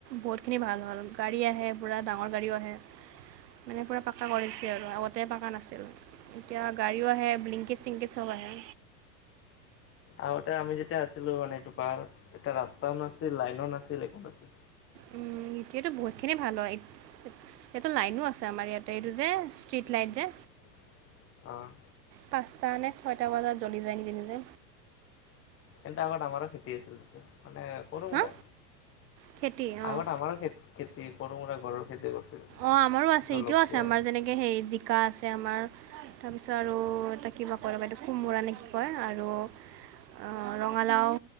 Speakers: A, on the right (about 80°); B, on the left (about 25°).
A: বহুতখিনি ভাল হ'ল গাড়ী আহে পূৰা ডাঙৰ গাড়ীও আহে। মানে পূৰা পাকা কৰিছে আৰু আগতে পাকা নাছিল। এতিয়া গাড়ীও আহে, ব্লিংকিট চ্লিংকিট চব আহে।
B: আগতে আমি যেতিয়া আছিলো মানে এইটো পাহাৰ তেতিয়া ৰাস্তাও নাছিল লাইনো নাছিল একো নাছিল।
A: উম, এতিয়াতো বহুত খিনি ভাল হয়। <unintelligible> লাইনো আছে আমাৰ ইয়াতে এইটো যে ষ্ট্ৰিট লাইত যে।
B: <inaudible> অ'।
A: পাঁচটা নে ছয়টা বজাত জ্বলি যায় নিজে নিজে।
B: কিন্তু আগত আমাৰো খেতি আছিল তাতে মানে সৰু সুৰা,
A: হা খেতি অঁ
B: আগত আমাৰো খে খেতি সৰু মোৰা ঘৰৰ খেতি কৰিছিল।
A: অ', আমাৰো আছে
B: জলকীয়া
A: এতিয়াও আছে আমাৰ যেনেকে সেই জিকা আছে আমাৰ তাৰপিছত আৰু এটা কিবা কয় ৰবা এইটো কোমোৰা নে কি কয় আৰু আ ৰঙালাও